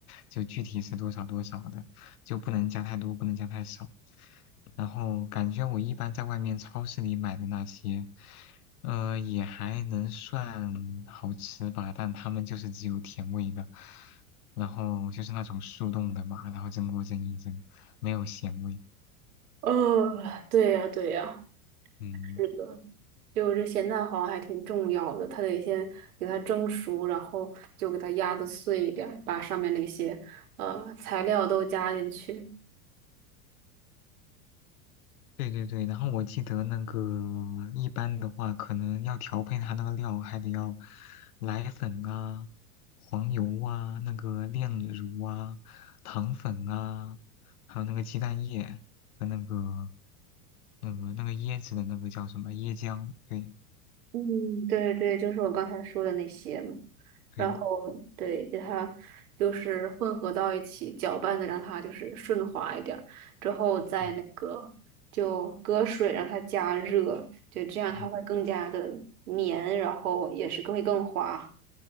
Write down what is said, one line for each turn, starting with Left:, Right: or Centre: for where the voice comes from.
Left: 就具体是多少多少的，就不能加太多，不能加太少。然后感觉我一般在外面超市里买的那些，呃，也还能算好吃吧，但它们就是只有甜味的，然后就是那种速冻的嘛，然后蒸锅蒸一蒸，没有咸味，
Right: 哦，对呀，对呀，
Left: 嗯。
Right: 是的，就这咸蛋黄还挺重要的，它得先给它蒸熟，然后就给它压的碎一点儿，把上面那些呃材料都加进去。
Left: 对对对，然后我记得那个一般的话，可能要调配它那个料，还得要奶粉啊、黄油啊、那个炼乳啊、糖粉啊，还有那个鸡蛋液和那个那个那个椰子的那个叫什么椰浆？对
Right: 嗯，对对，就是我刚才说的那些嘛。
Left: 对，
Right: 然后对，给它就是混合到一起，搅拌的让它就是顺滑一点儿，之后再那个就隔水让它加热，
Left: 嗯
Right: 就这样它会更加的黏，
Left: 嗯
Right: 然后也是更会更滑。